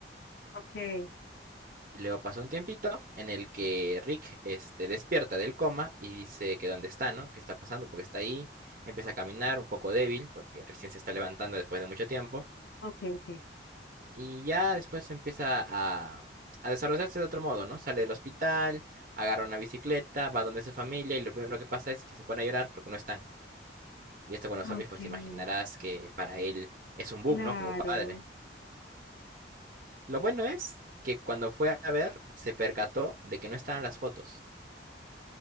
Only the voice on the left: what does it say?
Okay.
Okay, okay.
Ah,
Okay.
Claro.